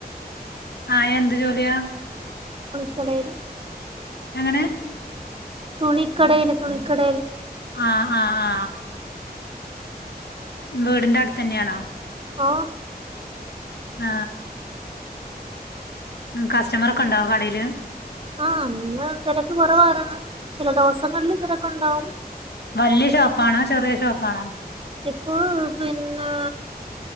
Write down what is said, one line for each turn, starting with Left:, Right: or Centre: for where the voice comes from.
Left: ആ എന്ത് ജോലിയാ
Right: തുടര്
Left: എങ്ങനെ
Right: തുണിക്കടയില് തുണിക്കടയില്
Left: ആ ആ ആ വീടിന്റെ അടുത്ത് തന്നെയാണോ
Right: ഓ
Left: ആ ഉം കസ്റ്റമർ ഒക്കെ ഒണ്ടാവോ കടയില്
Right: ആ അന്ന് തിരക്ക് കുറവാരെന്ന് ചില ദിവസങ്ങളില് തിരക്കുണ്ടാവും
Left: വലിയ ഷോപ്പാണോ ചെറിയ ഷോപ്പാണോ
Right: ഉം പിന്നെ